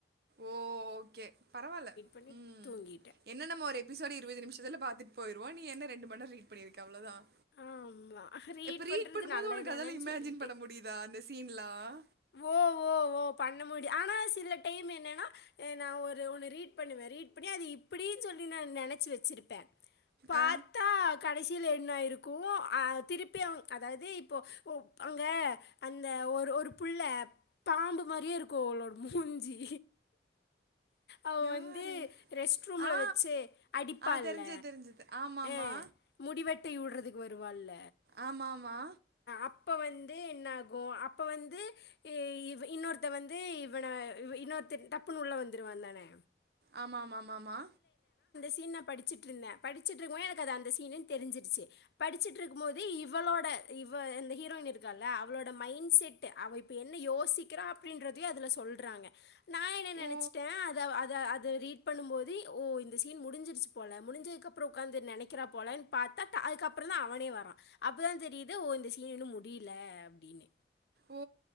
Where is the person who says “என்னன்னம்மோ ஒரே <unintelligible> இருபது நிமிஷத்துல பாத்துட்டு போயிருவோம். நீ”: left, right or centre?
Right